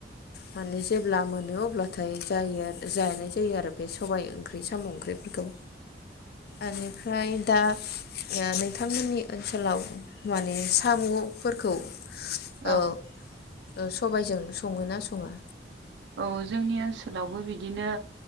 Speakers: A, on the left; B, on the right.
A: माने जेब्ला मोनो अब्लाथाय जायो आर जानाय जायो आरो बे सबायाइ ओंख्रि साम' ओंख्रिफोरखौ। आनिफ्राय दा ओ नोंथांमोननि ओनसोलाव माने साम'फोरखौ
B: औ।
A: ओ ओ सबायजों सङो ना सङा?
B: औ जोंनि ओनसोलावबो बिदिनो